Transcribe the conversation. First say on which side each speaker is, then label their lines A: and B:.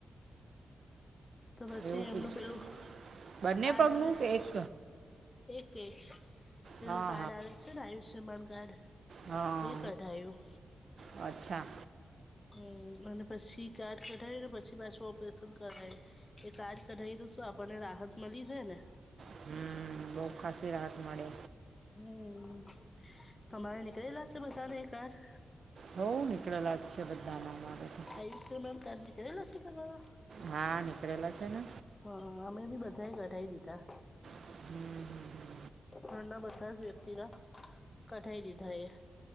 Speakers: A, on the left; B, on the right.
A: તો પસી
B: એવું
A: એમનું
B: કીધું
A: પેલું
B: બંને
A: કાર્ડ
B: પગનું
A: આવે શ
B: કે એક
A: એ કેય પેલું
B: હા
A: કાર્ડ આવે છ. છે આયુષ્યમાન કાર્ડ.
B: અ
A: એ કઢાયું
B: હ અચ્છા.
A: હમ્મ અને પસી કાર્ડ કઢાયું ને પછી પાછું ઓપરેશન કરાયું. એ પાસ કઢાવી તો શું આપણને રાહત મળી જાય ને
B: હમ બહુ ખાાસી રાહત મળે
A: હમ, તમારે નીકળેલા છે બધા ને એ કાડૅ
B: હો, નીકળેલા જ છે બધા ના અમારે તો
A: આયુષ્યમાન કાડૅ નિકળેલા સે તમારે
B: હા, નીકળેલા છે ને
A: હ, અમે બી બધા એ કઢાવી દીધા
B: <unintelligible>
A: ઘરના બધા જ વ્યક્તિના કઢાઈ દીધા એ